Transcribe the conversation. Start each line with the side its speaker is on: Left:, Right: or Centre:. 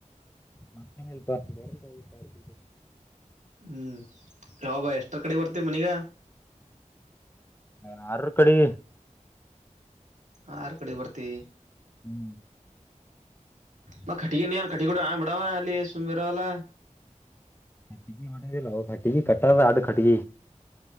Left: ಮತ್ತನ ಬ ಬ
Right: ಹ್ಮ್ ಯಾವ ಬಾ ಎಷ್ಟರ ಕಡೆ ಬರ್ತೀವಿ ಮನಿಗ
Left: ನ್ ಆಾರ ಕಡೆ
Right: ಆ ಆರ ಕಡೆ ಬರ್ತಿ
Left: ಹ್ಮ್
Right: ನ ಕಟ್ಟಿಿಗೆ ನೀ ಕಟ್ಟಿಗೂಡ ಆ ಬಿಡಾವ ಅಲ್ಲಿ ಸುಮ ಬರಲ್ಲ
Left: ಟ್ಟ ಹೊ ಲ ಟ್ಟಿಗ ಕಟ್ಟ ಅಡ್ ಟ್ಟಗ